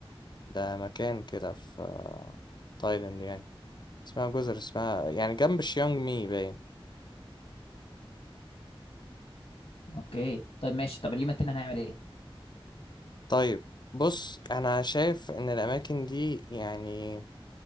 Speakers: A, on the left (about 50°); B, on the left (about 65°).
A: ده مكان كده في تايلاند يعني اسمها جزر اسمها يعني جنب شيانج مي باين
B: اوكي طيب ماشي طب اليوم التاني هنعمل ايه؟
A: طيب بص أنا شايف إن الأماكن دي يعني